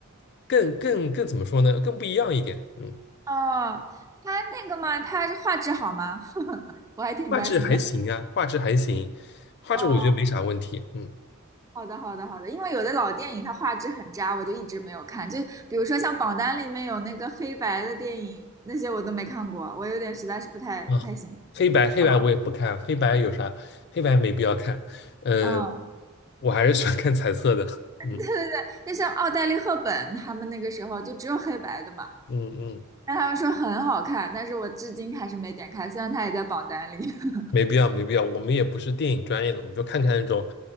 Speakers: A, on the left; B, on the right.
A: 更更更怎么说呢，更不一样一点。嗯，
B: 哦，他那个嘛，他画质好吗？<laughs> 我还挺关心的。
A: 画质还行啊，画质还行，画质我觉得没啥问题。
B: 哦，
A: 嗯。
B: 好的，好的，好的。因为有的老电影它画质很渣，我就一直没有看。就比如说像榜单里面有那个黑白的电影，那些我都没看过，我有点实在是不太不太行。
A: 啊，黑白黑白我也不看，
B: 哦
A: 黑白有啥？黑白没必要看。嗯，
B: 嗯，
A: 我还是喜欢看彩色的。嗯
B: <laughs> 对对对，就像奥黛丽·赫本他们那个时候就只有黑白的嘛，
A: 嗯嗯，
B: 但他们说很好看，但是我至今还是没点开，虽然它也在榜单里。<laughs>
A: 没必要没必要。我们也不是电影专业的，我们就看看那种，